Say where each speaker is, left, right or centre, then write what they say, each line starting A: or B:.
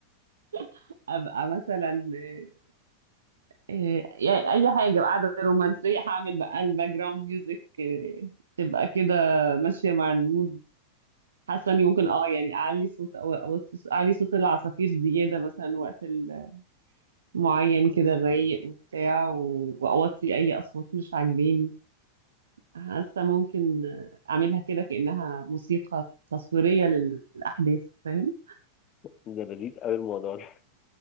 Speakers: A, on the right (about 70°); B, on the left (about 30°).
A: <laughs> ابقى مثلا آه، آه، يعني اي حاجه قاعده رومانسيه هعمل بقى الباك جراوند ميوزك آه، تبقى كده ماشيه مع المود حاسه اني ممكن اه يعني اعلي صوت او اوطي صوت اعلي صوت العصافير زياده مثلا وقت ال- معين كده الرايق وبتاع و- واوطي اي اصوات مش عاجباني حاسة ممكن أعملها كده كأنها موسيقى تصويرية للأحداث فاهم؟
B: ده لذيذ قوي الموضوع ده